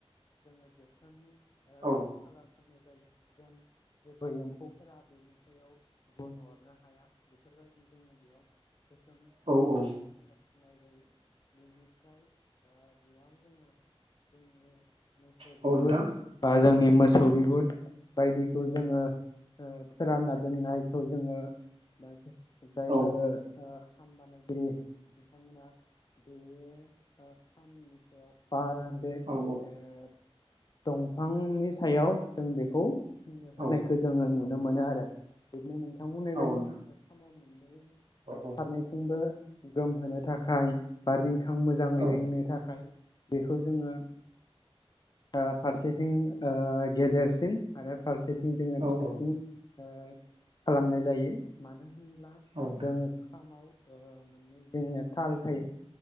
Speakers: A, on the left (about 40°); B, on the right (about 60°).
A: जोङो देरसानदि ओ
B: औ
A: खालार <unintelligible> जायो जेन जेबो एम्फौफोरा बेनि सायाव गुन अरनो हाया बेफोरबायदि जोङो बेयाव गोसोम ओ
B: औ औ
A: खालार फुननाय जायो। बिनिफ्राय बेयाव ओ जोङो जोंनि <unintelligible>
B: औ
A: बिगुर
B: नोंथां
A: बा जोंनि मोसौ बिगुर बायदिखौ जोङो ओ फोरानना दोननायखौ जोङो बा जायफोर
B: औ
A: ओ खाम बानायगिरि बिथांमोना बेयो ओ साननि सायावहा बे ओ
B: औ
A: दंफांनि सायाव जों बेखौ नो होनायखौ
B: औ
A: जोङो नुनो मोनो आरो बिदिनो बुंनाय बायदि
B: औ नोंथां।
A: खामाव मोननै
B: औ औ
A: फारनैथिंबो गोमहोनो थाखाय बा रिंखां मोजाङै
B: औ नोंथां औ नोंथां औ
A: रिंनो थाखाय बेखौ जोङो ओ फारसेथिं ओ गेदेरसिन आरो फारसे रसेथिं जोङो
B: औ
A: फिसासिन
B: औ
A: खालामनाय ओ जायो मानो होनब्ला
B: औ
A: जों
B: नोंथां
A: खामाव ओ <unintelligible> जोंनिया ताल थायो